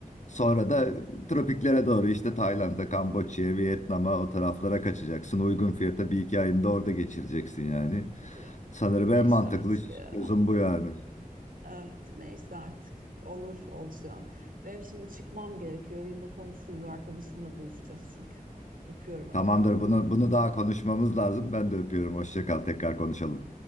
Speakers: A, on the left; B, on the right.
A: Sonra da tropiklere doğru işte Tayland'a, Kamboçya'ya, Vietnam'a o taraflara kaçacaksın. Uygun fiyata bir iki ayını da orada geçireceksin yani.
B: evet.
A: Sanırım
B: Neyse
A: en mantıklı
B: artık ya.
A: çözüm bu yani.
B: Evet, neyse artık. Olur olacak. Benim şimdi çıkmam gerekiyor. Yine konuşuruz. Arkadaşımla buluşacağız çünkü. Öpüyorum hadi
A: Tamamdır
B: bay bay.
A: bunu bunu daha konuşmamız lazım. Ben de öpüyorum. Hoşça kal. Tekrar konuşalım.